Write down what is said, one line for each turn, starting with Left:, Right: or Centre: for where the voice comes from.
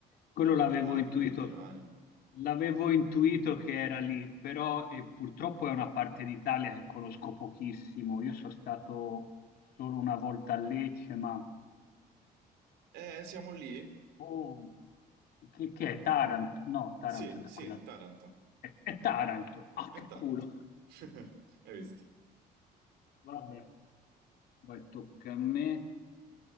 Left: quello
Right: l'Adriatico,
Left: l'avevo intuito.
Right: Mediterraneo.
Left: L'avevo intuito che era lì, però e purtroppo è una parte d'Italia che conosco pochissimo. Io sono stato solo una volta a Lecce, ma
Right: Eh, siamo lì?
Left: oh, che, che è Taranto? No, Taranto
Right: Sì,
Left: è da
Right: sì,
Left: quella parte.
Right: Taranto.
Left: È, è Taranto. Ah,
Right: È
Left: che
Right: Taranto.
Left: culo.
Right: <laughs> Hai visto?
Left: Vabbè, vai, tocca a me.